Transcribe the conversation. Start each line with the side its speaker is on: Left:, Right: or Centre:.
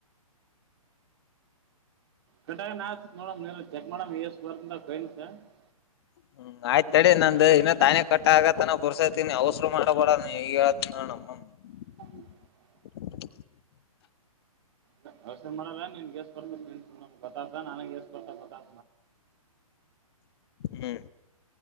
Right: ಕಟ ಆ ನೋಡಂ ಚೆಕ್ ಮಾಡ ಎಷ್ಟ ಬರ್ತವ್ ಕಾಯಿನ್ <unintelligible>
Left: <unintelligible> <unintelligible>
Right: <unintelligible>
Left: <inaudible>
Right: <unintelligible> ಹೋಳಿ ಹಚ್ತಾ ನಾಗ್ ಎತ್ಬೇಕ್
Left: ಹ್ಮ್